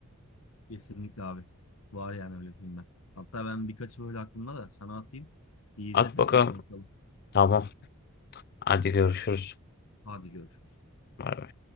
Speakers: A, on the left (about 70°); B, on the left (about 45°).
A: Kesinlikle abi. Var yani öyle filmler. Hatta ben birkaçı böyle aklımda da sana atayım. Bir izle
B: At
A: tekrar
B: bakalım.
A: konuşalım.
B: Tamam. Hadi görüşürüz.
A: Hadi görüşürüz.
B: Bay bay.